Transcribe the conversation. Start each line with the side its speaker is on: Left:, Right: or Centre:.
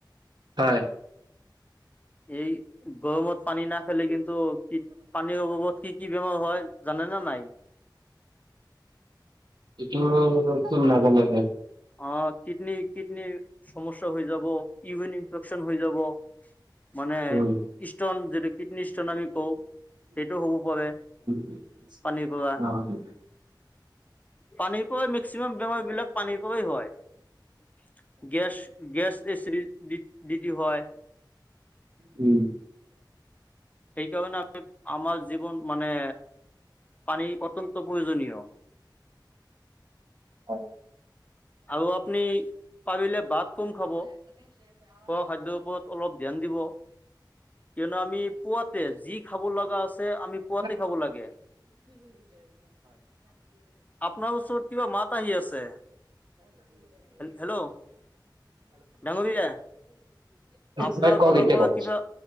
Right: হয়।
Left: এই গৰমত পানী নাখালে। কিন্তু, কি পানীৰ অভাবত। কি কি বেমাৰ হয় জানে নে নাই।
Right: এইটো তোৰ মই নাজানো দিয়ক।
Left: অ' কিডনী কিডনী সমস্যা হৈ যাব। ইউৰিন ইনফেকচন হৈ যাব। মানে,
Right: উম
Left: ইষ্টন যিটো কিডনী ষ্টোন আমি কওঁ, সেইটো হ'ব পাৰে।
Right: <unintelligible>
Left: পানীৰ পৰা পানীৰ পৰাই মেক্সিমাম বেমাৰ বিলাক পানীৰ পৰাই হয়। গেছ গেছ এচি দি দি দিতি হয়।
Right: উম।
Left: সেইকাৰণে আমি আমাৰ জীৱন মানে পানী অত্যন্ত প্ৰয়োজনীয়।
Right: হয়।
Left: আৰু আপুনি পাৰিলে ভাত কম খাব, খোৱা খাদ্যৰ ওপৰত অলপ ধ্যান দিব, কিয়নো আমি পুৱাতে যি খাব লগা আছে আমি পুৱাতে
Right: <unintelligible> <unintelligible>
Left: খাব লাগে আপোনাৰ ওচৰত কিবা মাত আহি আছে হেল্ল' ডাঙৰীয়া আপোনাৰ
Right: হেল্ল' ক'ক
Left: ফালৰ
Right: এতিয়া
Left: পৰা
Right: ক'ক।
Left: কিবা